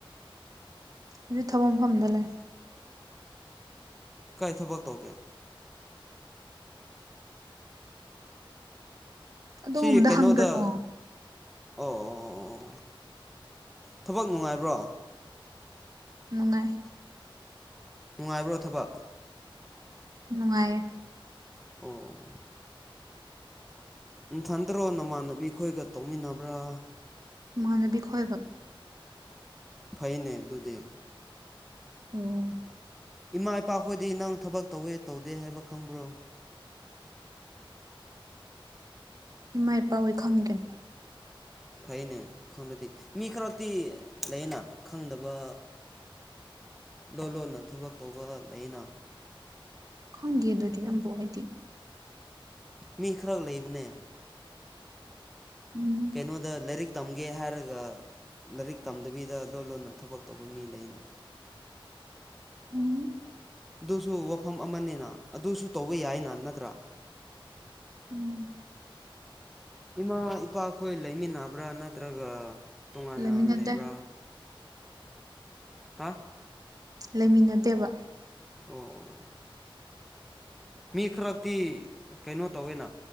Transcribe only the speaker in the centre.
ꯀꯥꯏ ꯊꯕꯛ ꯇꯧꯒꯦ
ꯁꯤ ꯀꯩꯅꯣꯗ
ꯑꯣ ꯑꯣ ꯑꯣ ꯑꯣ ꯊꯕꯛ ꯅꯨꯡꯉꯥꯏꯕ꯭ꯔꯣ
ꯅꯨꯡꯉꯥꯏꯕ꯭ꯔꯣ ꯊꯕꯛ
ꯑꯣ ꯅꯝꯊꯟꯗꯔꯣ ꯅꯃꯥꯟꯅꯕꯤ ꯈꯣꯏꯒ ꯇꯧꯃꯤꯟꯅꯕꯔꯥ
ꯐꯩꯅꯦ ꯑꯗꯨꯗꯤ
ꯏꯃꯥ ꯏꯄꯥ ꯈꯣꯏꯗꯤ ꯅꯪ ꯊꯕꯛ ꯇꯧꯌꯦ ꯇꯧꯗꯦ ꯍꯥꯏꯕ ꯈꯪꯕꯔꯣ
ꯐꯩꯅꯦ ꯈꯪꯂꯗꯤ ꯃꯤ ꯈꯔꯗꯤ ꯂꯩꯌꯦꯅ ꯈꯪꯗꯕ ꯂꯣꯟ ꯂꯣꯟꯅ ꯊꯕꯛ ꯇꯧꯕ ꯂꯩꯌꯦꯅ
ꯃꯤ ꯈꯔꯛ ꯂꯩꯕꯅꯦ
ꯀꯩꯅꯣꯗ ꯂꯥꯏꯔꯤꯛ ꯇꯝꯒꯦ ꯍꯥꯏꯔꯒ ꯂꯥꯏꯔꯤꯛ ꯇꯝꯗꯕꯤꯗ ꯂꯣꯟ ꯂꯣꯟꯅ ꯊꯕꯛ ꯇꯧꯕ ꯃꯤ ꯂꯩꯅꯥ
ꯑꯗꯨꯁꯨ ꯋꯥꯐꯝ ꯑꯃꯅꯤꯅ ꯑꯗꯨꯁꯨ ꯇꯧꯕ ꯌꯥꯏꯅ ꯅꯠꯇꯔꯥ
ꯏꯃꯥ ꯏꯄꯥꯈꯣꯏ ꯂꯩꯃꯤꯟꯅꯕ꯭ꯔꯥ ꯅꯠꯇ꯭ꯔꯒ ꯇꯣꯉꯥꯟꯅ
ꯂꯩꯕꯔꯥ ꯍꯥ
ꯑꯣ ꯑꯣ ꯃꯤ ꯈꯔꯇꯤ ꯀꯩꯅꯣ ꯇꯧꯋꯦꯅ